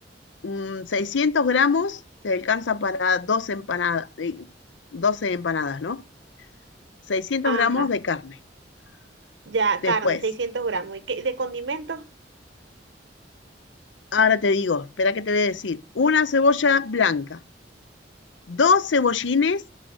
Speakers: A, on the left (about 85°); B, on the right (about 80°).
A: mm, 600 gramos, te alcanza para dos empanadas, eh, 12 empanadas, ¿no? 600
B: ajá,
A: gramos de carne.
B: ya,
A: Después,
B: carne, 600 gramos. ¿Y qué- de condimentos?
A: ahora te digo, espera que te voy a decir, una cebolla blanca, dos cebollines